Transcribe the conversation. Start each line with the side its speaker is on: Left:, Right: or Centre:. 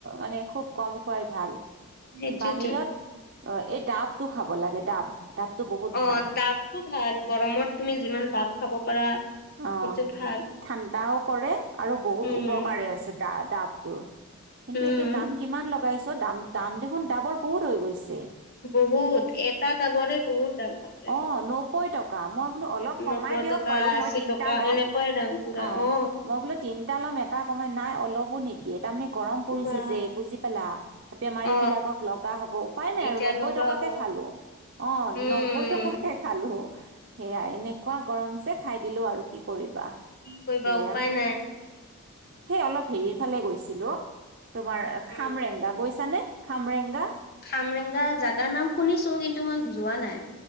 Right: মানে খুব কম খোৱাই ভাল
Left: সেইটোৱেটো
Right: বাহিৰত অ এই ডাবটো খাব লাগে ডাব ডাবটো বহুত
Left: অ
Right: ভাল
Left: দাবটো ভাল গৰমত তুমি যিমান দাব খাব পাৰা
Right: অঁ
Left: সেইটো ভাল
Right: ঠাণ্ডাওঁ কৰে আৰু বহুত
Left: উম
Right: উপকাৰে আছে দ দাবটোৰ কিন্তু
Left: উম
Right: এতিয়া দাম কিমান লগাইছত। দাম দাম দেখোন দাবৰ বহুত হৈ গৈছে।
Left: বহুত এটা আগৰে বহুত। দাম বাপৰে
Right: অঁ
Left: বাপ
Right: নব্বৈ টকা। মই বোলো অলপ কমাই
Left: নব্বৈ
Right: দিয়ক
Left: টকা
Right: আৰু
Left: আশী
Right: মই তিনতা
Left: টকা
Right: লম
Left: এনেকুৱাই দাম পুৰা
Right: অঁ
Left: অ
Right: মই বোলো তিনটা এটা ল'ম এটা কমাই নাই অলপো নিদিয়ে তাৰমানে গৰম পৰিছে
Left: বা
Right: যে বুজি পালা বেমাৰী
Left: অ
Right: বিলাকক লগা হব উপায় নাই
Left: এতিয়া
Right: আৰু নব্বৈ
Left: লগা
Right: টকা
Left: হব
Right: খালো অঁ
Left: উম
Right: নব্বৈ টকাকে খালো সেয়া এনেকুৱা গৰম যে খাই দিলো আৰু কি কৰিবা
Left: কি কৰিবা
Right: সেয়া
Left: উপায় নাই
Right: সেই অলপ হেৰি ফালে গৈছিলোঁ তোমাৰ
Left: উম
Right: খামৰেংগা গৈছানে খামৰেংগা
Left: খামৰেংগা জাগাৰ নাম শুনিছো কিন্তু মই যোৱা নাই